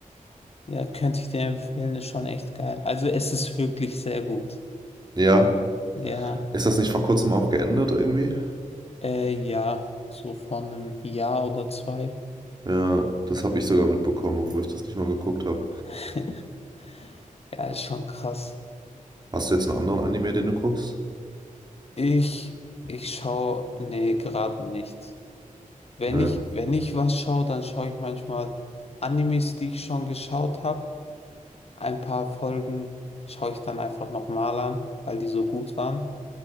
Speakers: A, on the left (about 45°); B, on the right (about 30°).
A: Ja, könnte ich dir empfehlen, ist schon echt geil. Also es ist wirklich sehr gut.
B: Ja.
A: Ja,
B: Ist das nicht vor kurzem auch geändert irgendwie?
A: äh, ja, so vor einem Jahr oder zwei.
B: Ja, das habe ich sogar mitbekommen, obwohl ich das nicht mal geguckt habe.
A: <laughs> Ja, ist schon krass.
B: Hast du jetzt einen anderen Anime, den du guckst?
A: Ich, ich schaue, nee, gerade nicht. Wenn
B: Ne.
A: ich, wenn ich was schaue, dann schaue ich manchmal Animes, die ich schon geschaut habe. Ein paar Folgen schaue ich dann einfach nochmal an, weil die so gut waren.